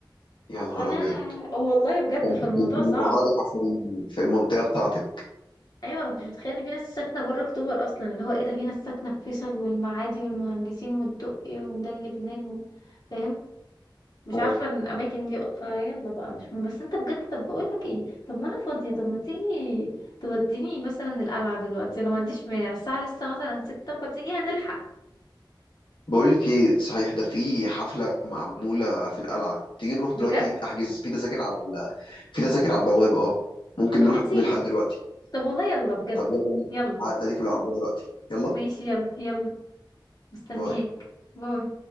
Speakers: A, on the left; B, on the left.
A: يا نهار
B: فانا
A: ابيض
B: والله بجد
A: كنت
B: فالموضوع
A: كنت منغلقة
B: صعب
A: في في المنطقة بتاعتك
B: ايوه ما كنتش متخيل ان في ناس ساكنه بره اكتوبر اصلا اللي هو ايه ده في ناس ساكنه في فيصل والمعادي والمهندسين والدقي وده لبنان و- فاهم مش
A: أيوة.
B: عارفة الأماكن دي فيلا بقى مش مهم. بس أنت بجد طب بقولك إيه طب ما أنا فاضية طب ما تيجي توديني مثلا القلعة دلوقتي أنا ما عنديش مانع الساعة لسه مثلا ستة فتيجي هنلحق
A: بقول لك ايه صحيح ده في حفلة معمولة في القلعة تيجي نروح دلوقتي
B: بجد
A: احجز في تذاكر على ال- في تذاكر على البوابة اه ممكن
B: طب
A: نروح
B: ما تيجي
A: نلحق دلوقتي
B: طب والله يلا بجد
A: طب يلا بينا.
B: يلا
A: هعدي عليك بالعربية دلوقتي يلا
B: ماشي يلا يلا مستنياك
A: باي
B: باي